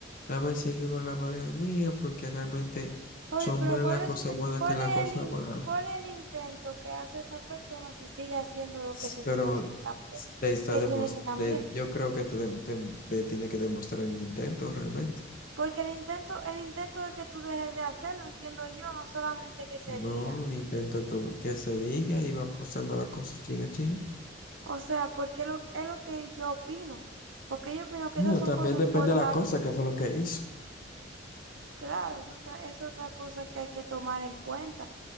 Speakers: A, on the left; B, on the right.
A: dame seguir con la pareja mía porque realmente
B: Oye,
A: son
B: pero
A: más las
B: ¿cuál es,
A: cosas
B: tu-
A: buenas
B: cuál
A: que las
B: es
A: cosas
B: el, in-
A: malas.
B: cuál es el intento que hace esa persona si sigue haciendo lo
A: S-
B: que se
A: Pero
B: supone que cambió,
A: s- te está
B: que
A: demos-
B: tiene que cambiar?
A: te- yo creo que te, dem- te- te tiene que demostrar el intento realmente.
B: Porque el intento, el intento es que tú dejes de hacerlo, entiendo yo, no solamente que se
A: No
B: diga.
A: el intento que, que se diga y va pasando la cosa chin a chin.
B: O sea, porque lo, es lo que yo opino. Porque yo opino que
A: Bueno,
B: esas son
A: también
B: cosas
A: depende
B: por
A: de la
B: las
A: cosa,
B: que,
A: que fue lo que hizo.
B: claro, es otra, es otra cosa que hay que tomar en cuenta